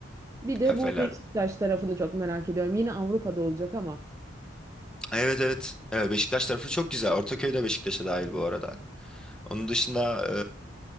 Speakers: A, on the right; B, in the centre.
A: Bir de
B: kafeler.
A: bu Beşiktaş tarafını çok merak ediyorum. Yine Avrupa'da olacak ama.
B: Evet evet. Evet, Beşiktaş tarafı çok güzel. Ortaköy de Beşiktaş'a dahil bu arada. Onun dışında